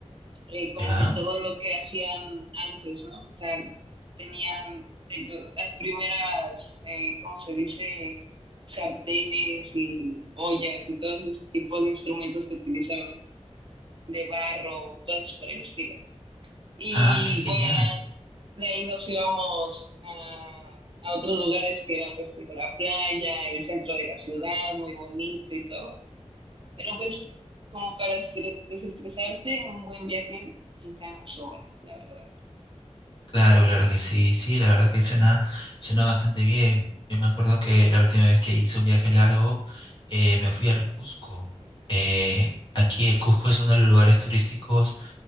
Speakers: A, on the right; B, on the left.
A: eh, como
B: ¿Ya?
A: que todo lo que hacían antes, ¿no? O sea, tenían de- las primeras, eh, ¿cómo se dice? sartenes y ollas y todos ese tipo de instrumentos que utilizaban, de barro, cosas por el estilo. Y
B: Ah, qué genial.
A: igual de ahí nos íbamos a, a otros lugares que era pues digo, la playa, el centro de la ciudad, muy bonito y todo. Pero pues como para estre- desestresarte, un buen viaje nunca sobra, la verdad.
B: Claro, claro que sí, sí, la verdad que suena, suena bastante bien. Yo me acuerdo que la última vez que hice un viaje largo, eh, me fui al Cusco. Eh, aquí el Cusco es uno de los lugares turísticos